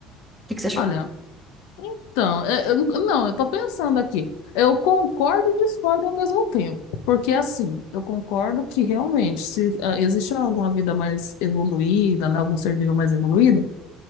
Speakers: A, in the centre; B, on the left.
A: o que que você achou?
B: Olha, então, eu, eu- não, eu tô pensando aqui. Eu concordo e discordo ao mesmo tempo. Porque, assim, eu concordo que realmente, se ah, existe alguma vida mais evoluída, né, algum ser vivo mais evoluído,